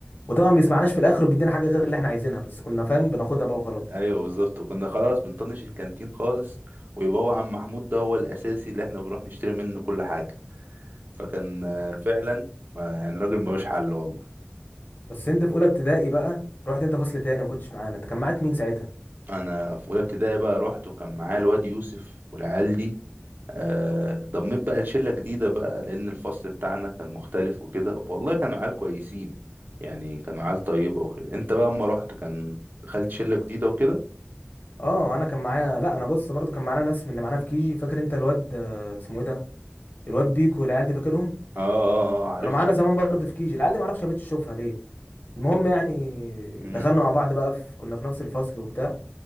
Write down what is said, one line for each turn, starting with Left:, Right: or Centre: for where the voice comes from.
Left: وطبعا بيسمعناش في الاخر وبيدينا حاجه غير اللي احنا عايزينها بس كنا فاهم بناخدها بقى وخلاص
Right: ايوه بالظبط وكنا خلاص بنطنش الكانتين خالص ويبقى هو عم محمود ده هو الاساسي اللي احنا بنروح نشتري منه كل حاجه فكان آه، فعلا آه، يعني راجل ملوش حل والله
Left: بس انت في اولى ابتدائي بقى رحت انت فصل تاني ما كنتش معانا انت كان معاك مين ساعتها
Right: انا في اولى ابتدائي بقى رحت وكان معايا الواد يوسف والعيال دي آه، ضميت بقى لشله جديده بقى لان الفصل بتاعنا كان مختلف وكده والله كانوا عيال كويسين يعني كانوا عيال طيبه وكده انت بقى اما رحت كان دخلت شله جديده وكده
Left: اه انا كان معايا لا انا بص برضو كان معانا ناس من اللي معانا في كيجي فاكر انت الواد آه، اسمه ايه ده الواد بيكو والعيال دي فاكرهم
Right: اه اه اه عارفهم
Left: كانوا معانا زمان برضو في كيجي العيال دي ما اعرفش ما بقتش اشوفها ليه المهم يعني
Right: امم
Left: دخلنا مع بعض بقى في كنا في نفس الفصل وبتاع